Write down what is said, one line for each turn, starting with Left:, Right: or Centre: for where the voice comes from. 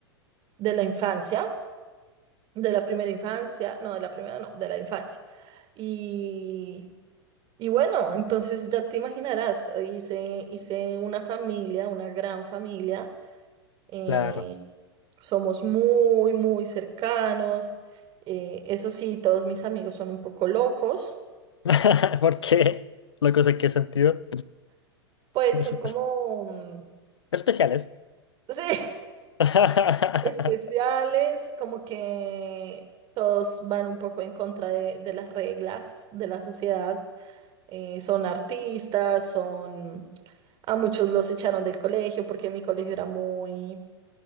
Right: de la infancia, de la primera infancia, no, de la primera no, de la infancia. Y, y bueno, entonces ya te imaginarás, hice, hice una familia, una gran familia, eh,
Left: Claro.
Right: somos muy, muy cercanos, eh, eso sí, todos mis amigos son un poco locos,
Left: <laughs> ¿Por qué? ¿Locos en qué sentido?
Right: pues
Left: <laughs>
Right: son como, mm,
Left: Especiales.
Right: <laughs> sí,
Left: <laughs>
Right: especiales, como que todos van un poco en contra de de las reglas de la sociedad. eh, son artistas, son... A muchos los echaron del colegio porque mi colegio era muy,